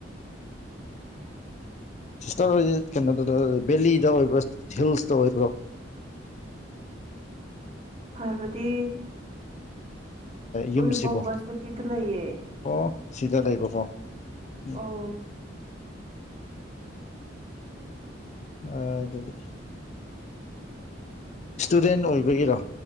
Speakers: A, on the left (about 40°); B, on the right (about 30°).
A: ꯁꯤꯁꯇꯔ ꯍꫭꯏꯗꯤ ꯀꯩꯅꯣꯗ ꯗ ꯕꯦꯂꯤꯗ ꯑꯣꯏꯕ꯭ꯔꫭ ꯍꯤꯜꯁꯇ ꯑꯣꯏꯕ꯭ꯔꯣ
B: ꯍꯥꯏꯕꯗꯤ
A: ꯌꯨꯝꯁꯤꯕꯨ
B: ꯎꯔꯤꯄꯣꯛ ꯕꯥꯁꯄꯇꯤꯗ ꯂꯩꯌꯦ
A: ꯑꯣ ꯁꯤꯗ ꯂꯩꯕꯀꯣ ꯎꯝ
B: ꯑꯣ
A: ꯑ ꯑꯗꯨꯗꯤ ꯏꯁꯇꯨꯗꯦꯟ ꯑꯣꯏꯕꯒꯤꯔꯣ